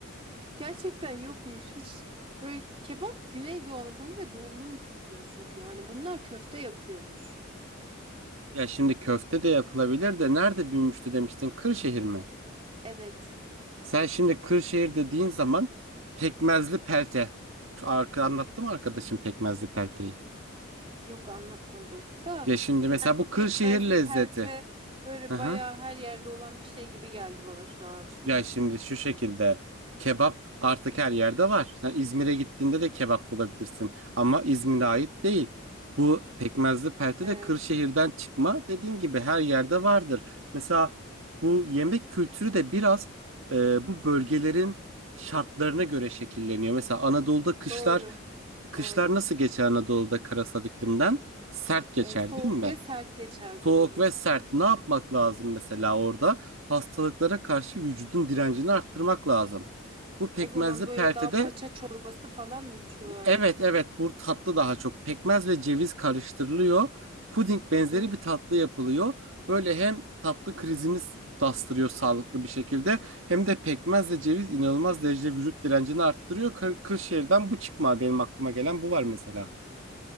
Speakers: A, on the right; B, on the right.
A: Gerçekten yokmuş. Hiç böyle kebap Güneydoğu Anadolu ve Doğu'nun kültürü çünkü. Hani bunlar köfte yapıyormuş.
B: Ya şimdi köfte de yapılabilir de nerede büyümüştü demiştin? Kırşehir mi?
A: Evet.
B: Sen şimdi Kırşehir dediğin zaman pekmezli pelte. Şu arka anlattım arkadaşım pekmezli pelteyi.
A: Yok anlatmadı. Da
B: Ya şimdi mesela
A: yani
B: bu
A: bu pekmezli
B: Kırşehir lezzeti.
A: pelte böyle
B: Hı hı.
A: bayağı her yerde olan bir şey gibi geldi bana şu an.
B: Ya şimdi şu şekilde kebap artık her yerde var. Sen İzmir'e gittiğinde de kebap bulabilirsin ama İzmir'e ait değil. Bu pekmezli pelte
A: Evet.
B: de Kırşehir'den çıkma. Dediğin gibi her yerde vardır. Mesela bu yemek kültürü de biraz e, bu bölgelerin şartlarına göre şekilleniyor. Mesela Anadolu'da kışlar
A: Doğru.
B: kışlar
A: Doğru.
B: nasıl geçer Anadolu'da karasal iklimden? Sert geçer
A: Ee, soğuk
B: değil mi?
A: ve sert geçer.
B: Soğuk
A: Doğru.
B: ve sert. Ne yapmak lazım mesela orada? Hastalıklara karşı vücudun direncini arttırmak lazım. Bu pekmezli
A: O zaman böyle
B: peltede
A: daha paça çorbası falan mı içiyorlar?
B: evet evet bu tatlı daha çok. Pekmez ve ceviz karıştırılıyor. Puding benzeri
A: Hı,
B: bir tatlı yapılıyor. Böyle hem tatlı krizini bastırıyor sağlıklı bir şekilde hem de pekmez ve ceviz inanılmaz derecede vücut direncini arttırıyor. Kır- Kırşehir'den bu çıkma benim aklıma gelen bu var mesela.